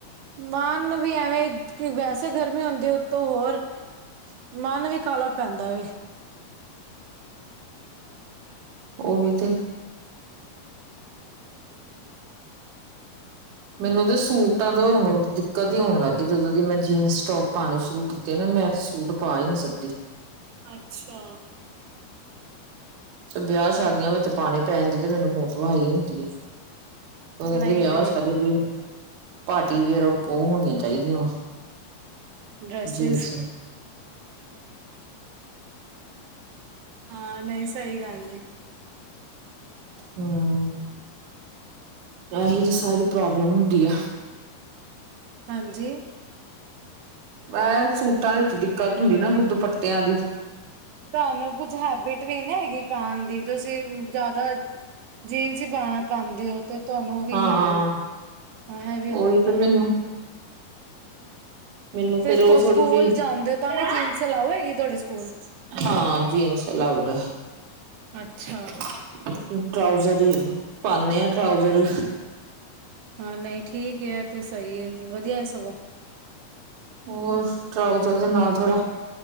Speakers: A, on the right; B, on the right.
A: ਪਾਨ ਨੂੰ ਵੀ ਐਵੇਂ ਕਿ ਵੈਸੇ ਗਰਮੀ ਹੁੰਦੀ ਉੱਤੋਂ ਹੋਰ ਮਨ ਵੀ ਕਾਲਾ ਪੈਂਦਾ ਵੇ
B: ਉਹੀ ਤੇ ਮੈਨੂੰ ਤੇ ਸੂਟਾਂ ਤੋਂ ਅਲਕਤੀ ਹੋਣ ਲੱਗ ਗਈ ਜਦੋਂ ਦੀ ਮੈਂ ਜੀਨਸ ਟੋਪ ਪਾਣੇ ਸ਼ੁਰੂ ਕੀਤੇ ਨਾ ਮੈਂ ਸੂਟ ਪਾ ਹੀ ਨੀ ਸਕਦੀ
A: ਅੱਛਾ।
B: ਤੇ ਵਿਆਹ ਸ਼ਾਦੀਆਂ ਵਿੱਚ ਪਾਨੇ ਪੈ ਜਾਂਦੇ ਤੇ ਮੈਨੂੰ ਮੌਤ ਵਈ ਹੁੰਦੀ ਆ ਮੈਂ ਕਹਿਣੀ
A: ਨਹੀਂ
B: ਵਿਆਹ
A: ਨਹੀਂ
B: ਸ਼ਾਦੀ‌ ਤੇ ਪਾਰਟੀ ਵੀਅਰ ਓ ਹੋਣੀਆਂ ਚਾਹੀਦੀਆਂ ਵਾ
A: ਡ੍ਰੈਸਿਸ
B: ਜੀਨਸ
A: ਹਾਂ ਨਈ ਸਹੀ ਗੱਲ ਏ।
B: ਹੂੰ ਆਹੀ ਤਾਂ ਸਾਰੀ ਪ੍ਰੋਬਲਮ ਹੁੰਦੀ ਆ
A: ਹਾਂਜੀ।
B: ਮੈਂ ਸੂਟਾਂ ਵਿੱਚ ਦਿੱਕਤ ਹੁੰਦੀ ਨਾ ਫਿਰ ਦੁਪੱਟਿਆਂ ਦੀ
A: ਤੁਹਾਨੂੰ ਕੁੱਝ ਹੈਬਿਟ ਵੀ ਨੀ ਨਾ ਹੈਗੀ ਪਾਨ ਦੀ ਤੁਸੀਂ ਜਾਦਾ ਜੀਨਸ ਹੀ ਪਾ ਪਾਂਦੇ ਹੋ ਤੇ ਤੁਹਾਨੂੰ ਓ ਵੀ
B: ਹਾਂ
A: ਨੀ ਹੈਗੀ ਹਾਂ ਇਹ ਵੀ ਹੋ
B: ਉਹੀ
A: ਜਾਂਦਾ
B: ਤੇ ਮੈਨੂੰ
A: ਨਾ
B: ਮੈਨੂੰ ਫੇਰ
A: ਤੇ
B: ਓ ਥੋੜੀ
A: ਸਕੂਲ
B: ਜਿਹੀ
A: ਜਾਂਦੇ ਹੋ ਤਾਂ ਵੀ ਜੀਨਸ ਅਲਾਓ ਹੈਗੀ ਤੁਹਾਡੇ ਸਕੂਲ?
B: ਹਾਂ ਜੀਨਸ ਅਲਾਊਡ
A: ਅੱਛਾ।
B: ਤੇ ਟਰਾਊਜ਼ਰ ਹੀ ਪਾਨੇ ਆ ਟਰਾਊਜ਼ਰ
A: ਹਾਂ ਨਈ ਠੀਕ ਏ ਐ ਸਹੀ ਏ ਵਧੀਆ ਏ ਸਗੋਂ
B: ਹੋਰ ਟਰਾਊਜ਼ਰ ਦੇ ਨਾਲ ਥੋੜਾ